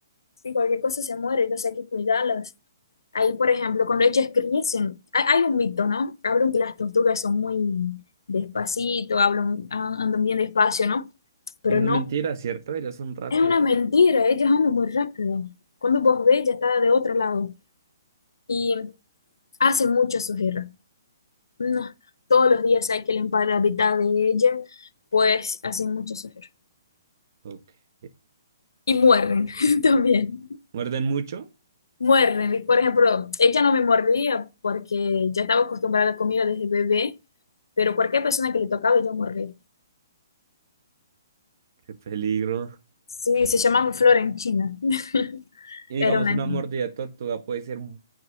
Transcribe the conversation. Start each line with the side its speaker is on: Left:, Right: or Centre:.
Left: sí, cualquier cosa se muere, entonces hay que cuidarlas. Ahí, por ejemplo, cuando ellas crecen, hay, hay un mito, ¿no? Hablan que las tortugas son muy despacito, hablan, a- andan bien despacio, ¿no? Pero
Right: Eso
Left: no,
Right: es mentira, ¿cierto? Ellas son rápidas.
Left: es una mentira, ellas andan muy rápido. Cuando vos ves, ya está de otro lado y hacen mucha sujeira. No, todos los días hay que limpiar la mitad de ella, pues hacen mucho sufrir.
Right: Ok.
Left: Y muerden <laughs> también.
Right: Muerden mucho.
Left: Muerden. Y, Por ejemplo, ella no me mordía porque ya estaba acostumbrada a la comida desde bebé, pero cualquier persona que le tocaba yo mordía.
Right: Qué peligro.
Left: Sí, se llamaba Flora en China. <laughs>
Right: Y digamos,
Left: Era una
Right: una
Left: niña.
Right: mordida de tortuga puede ser,